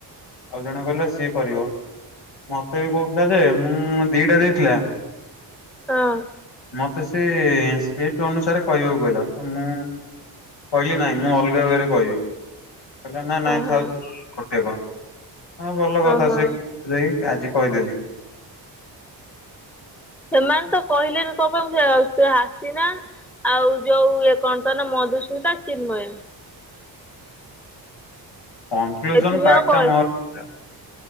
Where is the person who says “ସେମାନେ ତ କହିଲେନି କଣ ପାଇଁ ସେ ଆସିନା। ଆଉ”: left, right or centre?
Centre